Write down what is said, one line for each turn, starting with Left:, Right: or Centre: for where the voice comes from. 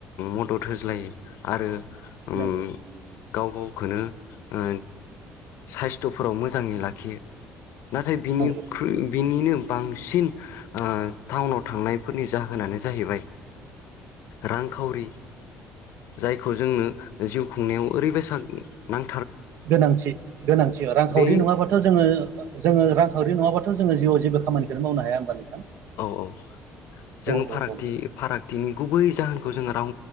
Left: मदद होज्लायो आरो उम
Right: नंगौ
Left: गाव गावखौनो ओ साइस्थ'फोराव मोजाङै लाखियो नाथाय बिनिख्रुइ
Right: नंगौ
Left: बिनिनो बांसिन ओ टाउनाव थांनायफोरनि जाहोनानो जाहैबाय रांखावरि जायखौ जोंनो जिउ खुंनायाव ओरैबायसा नां
Right: गोनांथि गोनांथि रांखावरि
Left: बे
Right: नङाबाथ' जोङो जोङो रांखावरि नङाब्लााथ' जोङो जिउआव जेबो खामानिखौनो मावनो हाया होनबा नोंथां
Left: औ औ जोङो
Right: औ
Left: फारागथि
Right: औ
Left: फारागथिनि गुबै जाहोनखौ जोङो रां